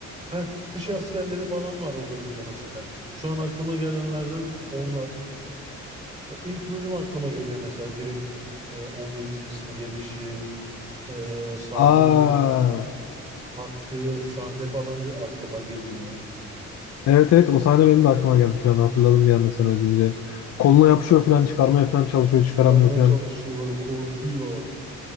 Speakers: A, on the right; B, on the left.
A: Heh, kış askerleri falan var o bölümde mesela. Şu an aklıma gelenlerden onlar. İlk bölüm aklıma geliyor mesela direkt. E, Omnitrix'in gelişi, eee, saatin
B: Aa,
A: onun taktığı sahne falan bir aklıma geliyor.
B: evet evet o sahne benim de aklıma geldi şu an hatırladım bir anda sen öyle deyince. Koluna yapışıyor falan çıkarmaya falan çalışıyor
A: Hani
B: çıkaramıyor
A: Çıkarmaya
B: falan.
A: çalışıyor böyle korkuyor.